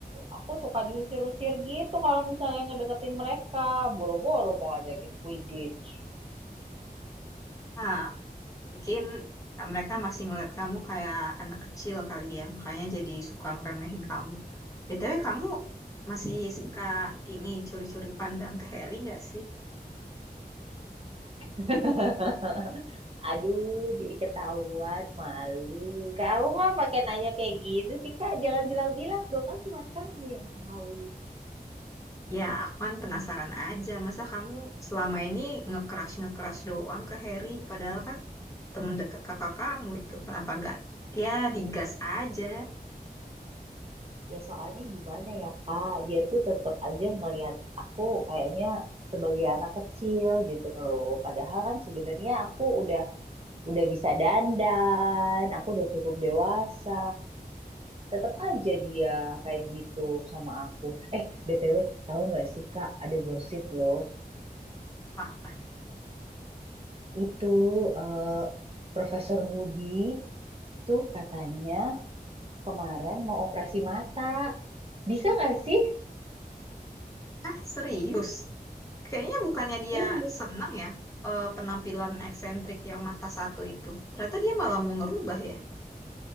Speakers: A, on the right; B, on the left.
A: Aku suka diusir-usir gitu kalau misalnya ngedeketin mereka. Boro-boro mau ngajakin Quidditch.
B: Nah, mungkin mereka masih ngeliat kamu kayak anak kecil kali ya, makanya jadi suka ngeremehin kamu. BTW kamu masih suka ini curi-curi pandang ke Harry nggak sih?
A: <laughs> Aduh, jadi ketahuan, malu. Kamu mah pakai nanya kayak gitu sih, Kak. Jangan bilang-bilang dong, kan cuma kamu yang tahu.
B: Ya, aku kan penasaran aja. Masa kamu selama ini nge crush nge doang ke Harry? Padahal kan temen deket kakak kamu itu. Kenapa nggak? Ya, digas aja.
A: Ya soalnya gimana ya, Kak? Dia tuh tetap aja ngelihat aku kayaknya sebagai anak kecil gitu loh. Padahal kan sebenarnya aku udah udah bisa dandan, aku udah cukup dewasa. Tetap aja dia kayak gitu sama aku. Eh, BTW, tahu nggak sih, Kak, ada gosip loh.
B: Apa?
A: Itu eh, Profesor Moody tuh katanya kemarin mau operasi mata. Bisa nggak sih?
B: Ah, serius? Kayaknya bukannya dia
A: Ini
B: seneng ya eh, penampilan eksentrik yang mata satu itu. Ternyata dia malah mau ngerubah ya?